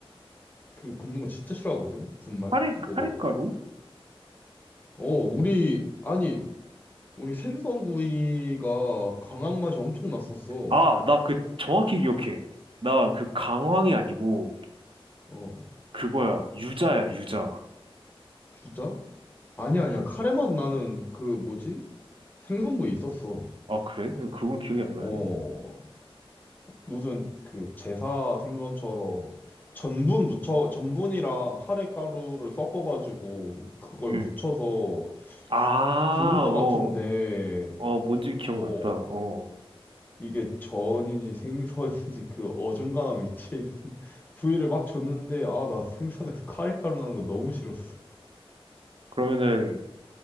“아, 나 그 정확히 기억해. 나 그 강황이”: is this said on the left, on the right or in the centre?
Right